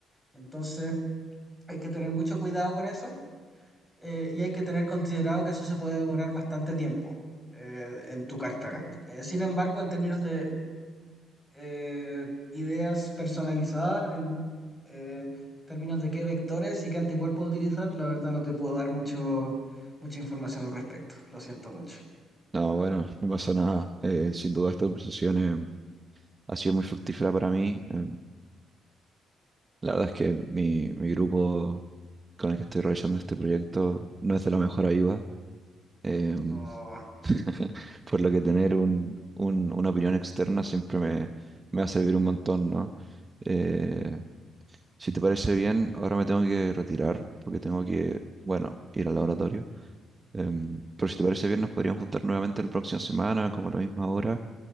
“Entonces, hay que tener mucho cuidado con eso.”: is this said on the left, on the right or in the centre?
Centre